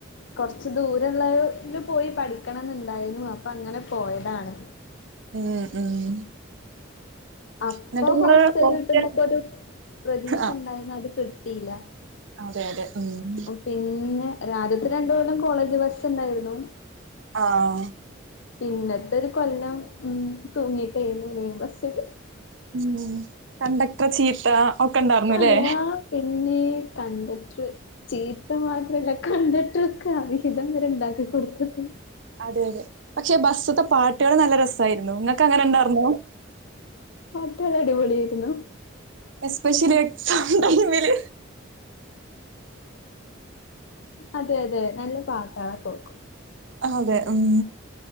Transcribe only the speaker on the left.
കൊറച്ച് ദൂരള്ളെ ല് പോയി പഠിക്കണംന്നുണ്ടായ്നു അപ്പ അങ്ങന പോയതാണ്
അപ്പൊ
ഹോസ്റ്റല്
കിട്ടുന്നൊക്കൊര് പ്രതീക്ഷ
ഇണ്ടയ്ന്നു അത് കിട്ടീല
പിന്നെ രാധ്യത്തെ രണ്ട് കൊല്ലം കോളേജ് ബസ്സ് ഇണ്ടാര്ന്നു
പിന്നത്തെ ഒര് കൊല്ലം ഉം തൂങ്ങിട്ടെരുന്നു ലൈൻ ബസ്സ്ല്
അതേ ആഹ് പിന്നേ കണ്ടക്ട്റ് ചീത്ത മാത്രല്ല കണ്ടക്ട്റൊക്കെ അവിഹിതം വരെ ഇണ്ടാക്കി കൊട്ത്ത്ക്കുണു
റ്റുള്ള അടിപൊളിയെര്ന്നു
അതെ അതെ നല്ല പാട്ടേളൊക്കെ വെക്കും